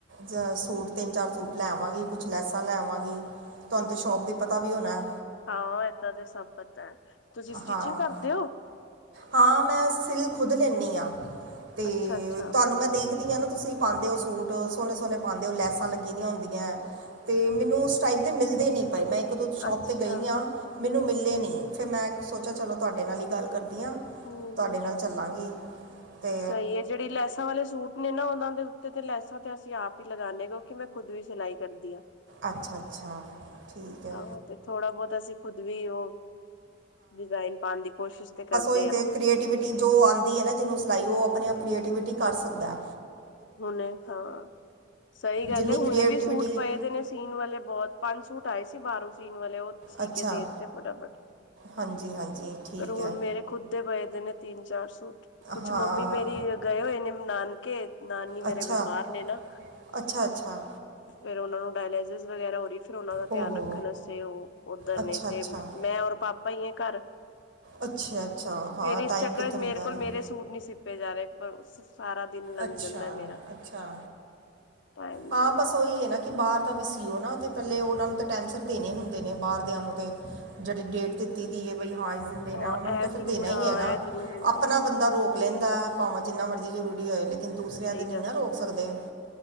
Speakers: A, on the right (about 85°); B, on the left (about 75°).
A: ਜੇ ਸੂਟ ਤਿੰਨ-ਚਾਰ ਸੂਟ ਲੈ ਆਵਾਂਗੀ, ਕੁਛ ਲੈਸਾਂ ਲੈ ਆਵਾਂਗੀ। ਤੁਆਨ ਤੇ ਸ਼ੋਪ ਦੀ ਪਤਾ ਵੀ ਹੋਣੈ।
B: ਹਾਂ, ਏਦਾਂ ਤੇ ਸਭ ਪਤਾ ਐ। ਤੁਸੀਂ ਸਟਿਚਿੰਗ
A: ਹਾਂ
B: ਕਰਦੇ ਓ?
A: ਹਾਂ, ਮੈਂ ਸਿਲ ਖੁਦ ਲੈਨੀ ਆਂ, ਤੇ
B: ਅੱਛਾ ਅੱਛਾ
A: ਨਈ ਮੈਂ ਦੇਖਦੀ ਆਂ ਨਾ, ਤੁਸੀਂ ਪਾਉਂਦੇ ਹੋ ਸੂਟ, ਸੋਹਣੇ-ਸੋਹਣੇ ਪਾਉਂਦੇ ਹੋ, ਲੈਸਾਂ ਲੱਗੀ ਦੀਆਂ ਹੁੰਦੀਆਂ। ਤੇ ਮੈਨੂੰ ਉਸ ਟਾਈਪ ਦੇ ਮਿਲਦੇ ਨੀ ਪਏ, ਮੈਂ ਇੱਕ-ਦੋ ਸ਼ੋਪ
B: ਅੱਛਾ
A: ਤੇ ਗਈ ਆਂ ਮੈਨੂੰ ਮਿਲੇ ਨਈ, ਫੇਰ ਮੈਂ ਸੋਚਿਆ ਚਲੋ, ਤੁਹਾਡੇ ਨਾਲ ਹੀ ਗੱਲ ਕਰਦੀ ਹਾਂ।
B: ਹੂੰ
A: ਤੁਹਾਡੇ ਨਾਲ ਚੱਲਾਂਗੀ ਅਤੇ
B: ਸਈ ਏ, ਜੇੜੀ ਲੈਸ ਸਾਰੇ ਸੂਟ ਨੂੰ ਨਾ, ਓਹਨਾਂ ਦੇ ਉੱਤੇ ਤੇ ਲੈਸਾਂ ਤੇ ਅਸੀਂ ਆਪ ਈ ਲਗਾਨੇ ਆਂ ਕਯੋਂਕਿ ਮੈਂ ਖੁਦ ਈ ਸਿਲਾਈ ਕਰਦੀ ਆਂ।
A: ਅੱਛਾ-ਅੱਛਾ, ਠੀਕ ਐ।
B: ਆਹੋ ਤੇ ਥੋੜਾ-ਬੋਤਾ ਅਸੀਂ ਖੁੱਦ ਵੀ ਓਹ ਡਿਜ਼ਾਇਨ ਪਾਨ ਦੀ ਕੋਸ਼ਿਸ਼ ਤੇ ਕਰਦ
A: ਓਈ ਤੇ, ਕ੍ਰੀਏਟਿਵਿਟੀ ਜੋ ਆਂਦੀ ਏ ਨਾ ਜਿਨੂੰ ਸਿਲਾਈ, ਓਹ ਆਪਨੇ-ਆਪ ਕ੍ਰੀਏਟਿਵਿਟੀ ਕਰ ਸਕਦੈ।
B: ਹੁਨੇ ਹਾਂ, ਸਈ ਗੱਲ
A: ਜਿੰਨੀ
B: ਏ, ਹੁਨੇ
A: ਕ੍ਰੀਏਟੀਵਿਟੀ
B: ਵੀ ਸੂਟ ਪਏ ਦੇ ਨੇ ਸੀਨ ਵਾਲੇ ਬੋਤ, ਪੰਜ ਸੂਟ ਆਏ ਸੀ ਬਾਰੋਂ ਸੀਨ ਵਾਲੇ, ਓਹ ਸੀ
A: ਅੱਛਾ
B: ਕੇ ਦੇ ਤੇ ਫਟਾਫਟ,
A: ਹਾਂਜੀ ਹਾਂਜੀ ਠੀਕ
B: ਪਰ ਹੁਨ
A: ਹੈ
B: ਮੇਰੇ ਖੁੱਦ ਦੇ ਪਏ ਜੇ ਨੇ ਤਿੰਨ-ਚਾਰ ਸੂਟ, ਕੁੱਛ
A: ਹਾਂ
B: ਮੰਮੀ ਮੇਰੀ ਗਏ ਹੋਏ ਨੇੇ ਨਾਨਕੇ ਨਾਨੀ ਮੇਰੇ
A: ਅੱਛਾ
B: ਬੀਮਾਰ ਨੇ ਨਾ
A: ਅੱਛਾ ਅੱਛਾ।
B: ਫੇਰ ਓਨਾ ਨੂੰ ਡਾਇਲੇਸਿਸ ਵਗੈਰਾ ਹੋ ਰਈ, ਫੇਰ ਓਨਾ ਦਾ
A: ਓਹੋ
B: ਧਿਆਨ ਰੱਖਨ ਵਾਸਤੇ ਓ ਓਦਰ
A: ਅੱਛਾ
B: ਨੇ, ਤੇ
A: ਅੱਛਾ
B: ਮੈਂ ਹੋਰ ਪਾਪ ਪਾ ਈਏ ਘਰ।
A: ਅੱਛਾ-ਅੱਛਾ, ਹਾਂ,
B: ਫੇਰ ਇਸ
A: ਟਾਈਮ
B: ਚੱਕਰ
A: ਕਿੱਥੇ
B: ਚ ਮੇਰੇ
A: ਮਿਲਦਾ
B: ਕੋਲ
A: ਐਨਾ
B: ਮੇਰੇ
A: ਨੂੰ।
B: ਸੂਟ ਨਈ ਸਿੱਪੇ ਜਾ ਰਏ ਪਰ ਸਾਰਾ ਦਿਨ ਲੰਘ
A: ਅੱਛਾ,
B: ਜਾਂਦਾ ਮੇਰਾ
A: ਅੱਛਾ,
B: ਟਾਈਮ ਨੀ
A: ਹਾਂ,
B: ਮਿਲਦਾ
A: ਬਸ ਓਈ ਐ ਨਾ ਕਿ ਬਾਰ ਦਾ ਵੀ ਸੀ ਓ ਨਾ, ਤੇ ਪੈਲੇ ਓਹਨਾ ਨੂੰ ਤੇ ਟੈਮ ਸਿਰ ਦੇਨੇ ਹੁੰਦੇ ਨੇ, ਬਾਰ ਦੇਆਂ ਨੂੰ ਤੇ। ਜੇੜੀ ਡੇਟ ਦਿੱਤੀ ਵੀ ਹੈ ਬਈ ਹਾਂ, ਇਸ ਦਿਨ ਦੇਨੈ
B: ਹਾਂ
A: ਓਨਾਂ ਨੂੰ
B: ਇਹ
A: ਤਾਂ ਫਿਰ
B: ਜ਼ਰੂਰ
A: ਦੇਨਾ
B: ਹਾਂ
A: ਈ ਐਨਾ,
B: ਇਹ ਜ਼ਰੂਰ ਹੁੰਦਾ
A: ਆਪਨਾ ਬੰਦਾ ਰੋਕ ਲੇਂਦੈ ਭਾਵੇਂ ਜਿੰਨਾ ਮਰਜੀ ਜਰੂਰੀ ਹੋਏ, ਲੇਕਿਨ ਦੂਸਰਿਆਂ
B: ਸਹੀ
A: ਦੇ ਨਈ
B: ਗੱਲ
A: ਨਾ ਰੋਕ ਸਕਦੇ।